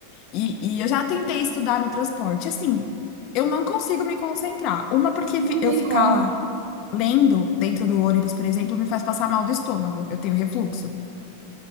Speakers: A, on the left; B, on the right.
A: E, e eu já tentei estudar no transporte. Assim, eu não consigo me concentrar. Uma, porque
B: Não
A: fi- eu
B: tem
A: ficar
B: como.
A: lendo dentro do ônibus, por exemplo, me faz passar mal do estômago. Eu tenho refluxo.